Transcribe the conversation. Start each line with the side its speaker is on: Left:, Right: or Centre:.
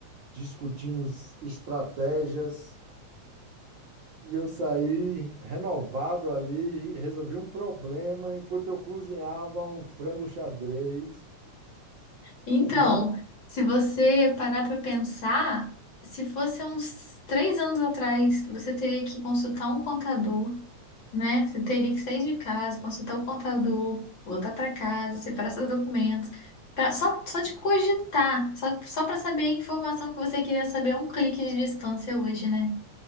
Right: discutimos estratégias e eu saí renovado ali, e resolvi um problema enquanto eu cozinhava um frango xadrez,
Left: Então,
Right: né?
Left: se você parar para pensar, se fosse há uns três anos atrás, você teria que consultar um contador né? Você teria que sair de casa, consultar o contador, voltar para casa, separar seus documentos. Pra, só, só de cogitar, só, só para saber a informação que você queria saber a um clique de distância hoje, né?